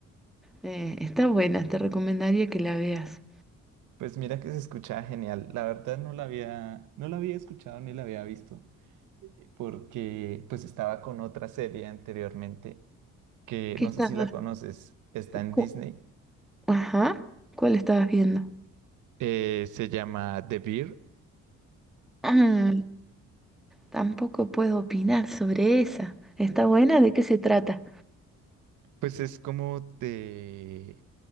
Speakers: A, in the centre; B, on the right (about 80°).
A: Eh, está buena, te recomendaría que la veas.
B: Pues mira que se escuchaba genial. La verdad no la había, no la había escuchado ni la había visto, eh, porque pues estaba con otra serie anteriormente que
A: ¿Qué
B: no
A: estás?
B: sé si la conoces, está en
A: cu-
B: Disney,
A: Ajá, ¿cuál estabas viendo?
B: eh, se llama The Bear,
A: Ah, tampoco puedo opinar sobre esa. ¿Está buena? ¿De qué se trata?
B: Pues es como de,